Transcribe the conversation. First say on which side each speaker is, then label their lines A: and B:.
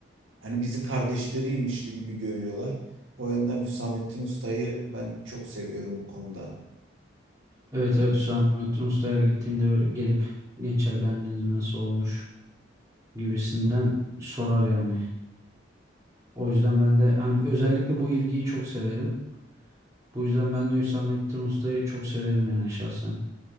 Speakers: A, on the right (about 80°); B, on the right (about 15°).
A: Hani bizi kardeşleriymiş gibi görüyorlar. O yönden Hüsamettin Usta'yı ben çok seviyorum bu konuda.
B: Evet evet Hüsamettin Usta eğer gittiğimde böyle gelip gençler beğendiniz mi nasıl olmuş gibisinden sorar yani. O yüzden ben de hani özellikle bu ilgiyi çok severim. Bu yüzden ben de Hüsamettin Usta'yı çok severim yani şahsen.